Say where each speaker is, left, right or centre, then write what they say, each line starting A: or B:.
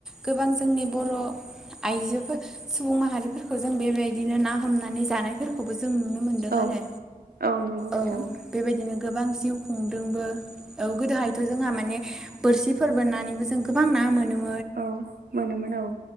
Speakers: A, in the centre; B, on the right (about 70°).
A: गोबां जोंनि बर' आइजोफोर सुबुं माहारिफोरखौ जों बेबायदिनो ना हमनानै जानायफोरखौ खौबो जों नुनो मोनदों
B: औ
A: आरो
B: औ नंगौ नोंथां
A: औ बेबायदिनो गोबां जिउ खुंदोंबो औ गोदोहायथ‌ जोंहा माने बोरसिफोर बोननानैबो जों गोबां ना मोनोमोन
B: औ मोनोमोन औ